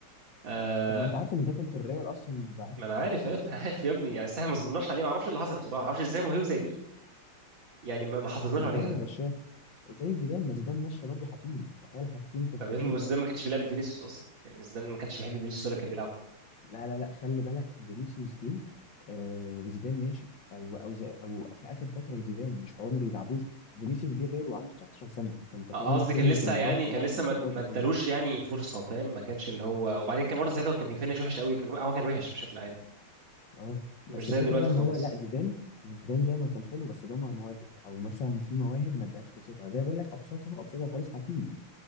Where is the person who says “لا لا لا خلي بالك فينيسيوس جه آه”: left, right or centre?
Left